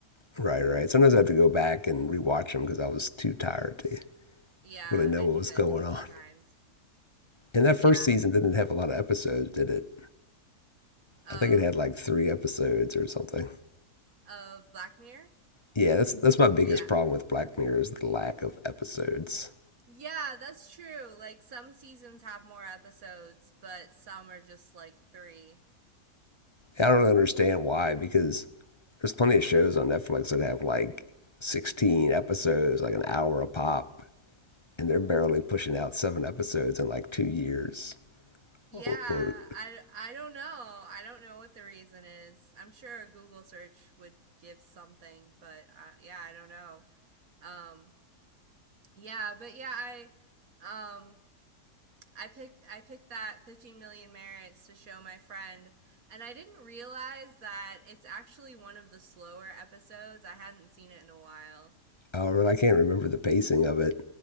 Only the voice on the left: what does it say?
Right, right. Sometimes I have to go back and rewatch them because I was too tired to
really know
what
was
going
on.
And that
first season didn't have a lot of episodes, did it?
I think it had like three episodes or something.
Yeah, that's that's my biggest
problem with Black Mirror is the lack of episodes.
I don't really understand why because there's plenty of shows on Netflix that have like 16 episodes, like an hour a pop, and they're barely pushing out seven episodes in like two years.
Or, or,
or I can't remember the pacing of it.